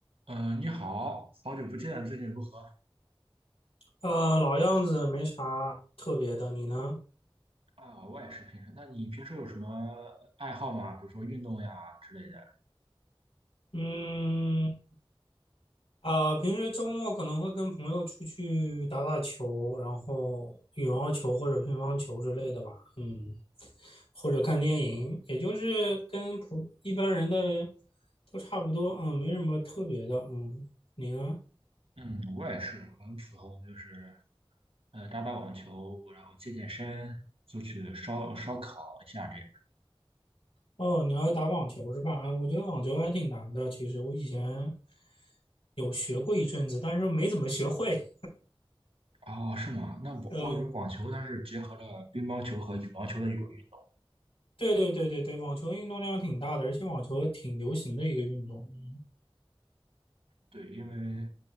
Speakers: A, on the right; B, on the left.
A: 嗯、呃你好，好久不见，最近如何？
B: 呃，老样子，没啥特别的。你呢？
A: 啊，我也是平时。那你平时有什么爱好吗？比如说运动呀之类的。
B: 嗯，啊、平时周末可能会跟朋友出去打打球，然后羽毛球或者乒乓球之类的吧。嗯，或者看电影，也就是跟普一般人的都差不多。嗯，没什么特别的。嗯，你呢？
A: 嗯，我也是很普通，就是呃打打网球，然后健健身，出去烧烧烤一下这样。
B: 哦，你还会打网球是吧？啊，我觉得网球还挺难的。其实我以前有学过一阵子，但是没怎么学会。
A: 哦，是吗？
B: <laughs>
A: 那我我感觉网球它是结合了乒乓球和羽毛球的一种运动。
B: 嗯。对对对对对，网球运动量挺大的，而且网球挺流行的一个运动。嗯
A: 对，因为